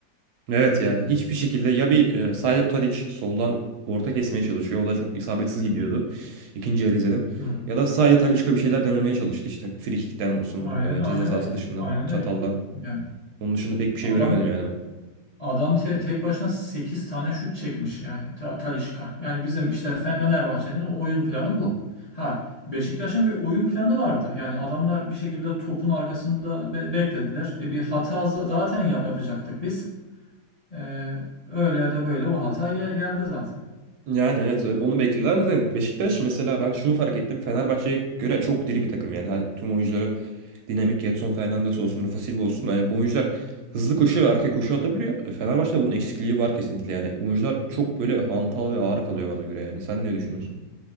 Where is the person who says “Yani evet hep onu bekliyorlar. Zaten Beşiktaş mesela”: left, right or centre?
Right